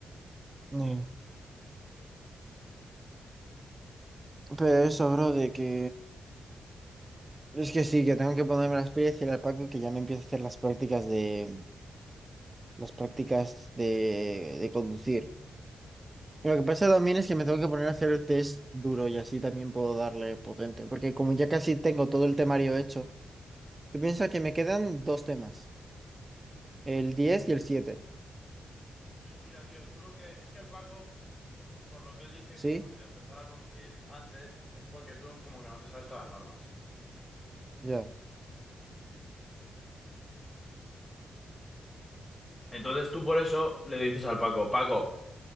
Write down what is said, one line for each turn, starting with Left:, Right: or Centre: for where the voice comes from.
Right: Eh, Pero eso, bro, de que es que sí, que tengo que ponerme las pilas y el Paco que ya me empiezo a hacer las prácticas de las prácticas de, de conducir.
Left: Sí.
Right: Y lo que pasa también es que me tengo que poner a hacer el test duro y así también puedo darle potente, porque como ya casi tengo todo el temario hecho, tú piensas que me quedan dos temas,
Left: Mm.
Right: el 10 y el siete
Left: Sí, mira, tío, tú lo que... Es que el Paco, por lo que él dice que
Right: ¿sí?
Left: es estúpido empezar a conducir antes, es porque tú como que no te sabes todas las normas.
Right: Ya.
Left: Entonces tú por eso le dices al Paco, Paco,